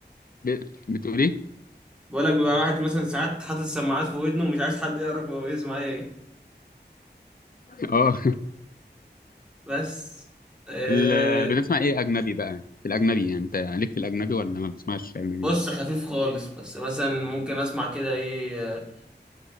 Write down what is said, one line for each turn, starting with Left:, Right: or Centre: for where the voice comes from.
Left: ب- بتقول ايه
Centre: بقول لك بيبقى واحد مثلا ساعات حاطط السماعات في ودنه ومش عايز حد يعرف هو بيسمع ايه
Left: <laughs> اه
Centre: بس آه،
Left: ال- بتسمع ايه اجنبي بقى في الاجنبي يعني انت ليك في الاجنبي ولا ما بتسمعش اجنبي
Centre: بص خفيف خالص بس مثلا ممكن اسمع كده ايه آه،